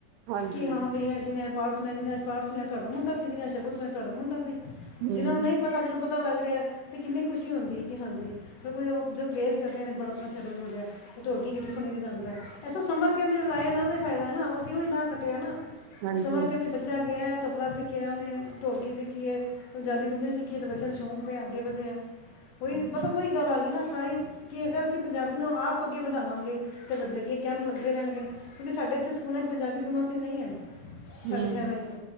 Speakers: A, on the right; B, on the left.
A: ਹਾਂਜੀ
B: ਕਿ ਹਾਂ ਬਈਆ ਜਿਵੇ ਬਾਹਰ, <unintelligible> ਅੱਜ ਪਾ ਸੁਣਿਆ ਤੁਹਾਡਾ ਮੁੰਡਾ ਸੀ ਜਹੇ ਸ਼ਭ ਸੁਣਿਆ ਤੁਹਾਡ ਮੁੰਡਾ ਸੀ।
A: ਹਮ
B: ਜਿਹਨਾਂ ਨੂੰ ਨਹੀਂ ਪਤਾ ਜਿਹਨੂੰ ਪਤਾ ਲੱਗ ਰਿਹਾ। ਤੇ ਕਿੰਨੀ ਖੁਸ਼ੀ ਹੁੰਦੀ ਹੈ ਕਿ ਹਾਂਜੀ ਫਿਰ ਕੋਈ ਉਹ ਜਦ ਪ੍ਰੇਜ਼ ਕਰਦੇ ਨੇ ਬੜਾ ਉਸਤਣਾ ਸ਼ਬਰ ਬੋਲਿਆ ਤੇ ਢੋਲਕ ਕਿ ਸੁਣੀ ਵੀ ਜਾਂਦਾ ਐਸਾ ਸਮਰ <unintelligible> ਲਾਏ ਨੇ ਉਹਦਾ ਫਾਇਦਾ ਨਾ ਉਹ ਹੀ ਈ ਨਾਹ ਕੱਟਿਆ ਨਾ,
A: ਹਾਂਜੀ
B: ਸਮਰ ਕੇ ਵਿੱਚ ਬੱਚਾ ਗਿਆ। ਤਬਲਾ ਸਿੱਖਿਆ ਉਹਨੇ ਢੋਲਕੀ ਸਿੱਖੀਏ ਪੰਜਾਬੀ ਗਲੂਮੀ ਵੀ ਸਿੱਖੀ ਹੈ ਅਤੇ ਬੱਚਿਆਂ ਨੂੰ ਸ਼ੌਂਕ ਪਿਆ ਅੱਗੇ ਵਧਿਆ। ਉਹੀ
A: ਹਾਂਜੀ
B: ਮਤਲਬ ਉਹੀ ਗੱਲ ਆ ਗਈ ਨਾ, ਸਾਰੀ ਕਿ ਅਗਰ ਅਸੀਂ ਪੰਜਾਬੀ ਨੂੰ ਆਪ ਅੱਗੇ ਵਧਾਵਾਂਗੇ। ਅਤੇ ਬੰਦੇ ਕੀ ਕੈਂਪ ਲੱਗਦੇ ਰਹਿਣਗੇ ਕਿਉਂਕਿ ਸਾਡੇ ਉੱਥੇ ਸਕੂਲ ਪੰਜਾਬੀ ਕੰਪਲਸਰੀ ਨਹੀਂ ਹੈ।
A: ਹਮ
B: ਸਾਡੇ ਸ਼ਹਿਰਾ ਚ,